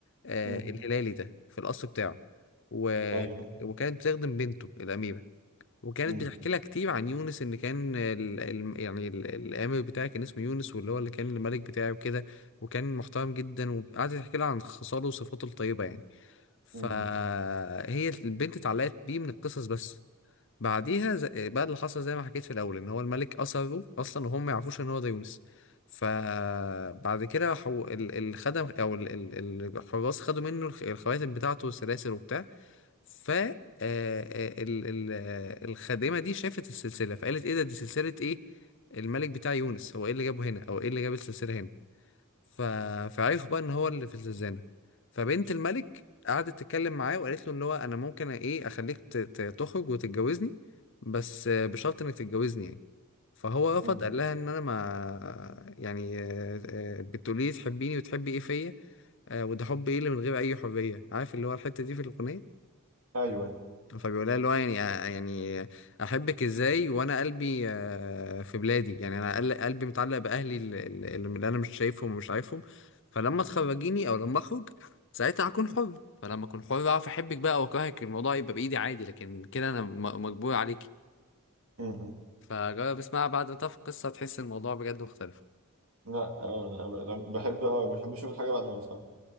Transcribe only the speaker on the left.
آه،
الهلالي ده في القصر بتاعه و...
وكانت بتخدم بنته الاميره وكانت
بتحكي لها كتير عن يونس ان كان ال... ال... يعني ال... الامر بتاعي كان اسمه يونس واللي هو اللي كان الملك بتاعي وكده وكان محترم جدا وقعدت تحكي لها عن خصاله وصفاته الطيبه يعني فهي
البنت اتعلقت بيه من القصص بس بعديها ز... بقى اللي حصل زي ما حكيت في الاول ان هو الملك اثره اصلا وهم ما يعرفوش ان هو ده يونس فبعد كده حو... ال... الخدم او ال... ال... الحراس خدوا منه الخ- الخواتم بتاعته والسلاسل وبتاع ف آه، آه، ال- ال- آه، الخادمه دي شافت السلسله فقالت ايه ده دي سلسله ايه الملك بتاع يونس هو ايه اللي جابه هنا او ايه اللي جاب السلسله هنا ف... فعرفوا بقى ان هو اللي في الزنزانه فبنت الملك قعدت تتكلم معاه وقالت له ان هو انا ممكن ايه اخليك ت... ت- تخرج وتتجوزني بس آه، بشرط انك تتجوزني يعني فهو رفض
قال لها ان انا ما يعني آه، آه، بتقولي لي تحبيني وتحبي ايه فيا آه، وده حب ايه اللي من غير اي حريه عارف اللي هو الحته دي في الاغنيه
فبيقول لها اللي هو يعني آه، يعني احبك ازاي وانا قلبي آه، في بلادي يعني انا قل- قلبي متعلق باهلي ال- ال- اللي انا مش شايفهم ومش عارفهم فلما تخرجيني او لما اخرج ساعتها هكون حر فلما اكون حر اعرف احبك بقى واكرهك الموضوع يبقى بايدي عادي لكن كده انا م- مجبور عليكي
فجرب اسمعها بعد ما تعرف القصه هتحس إن الموضوع بجد مختلف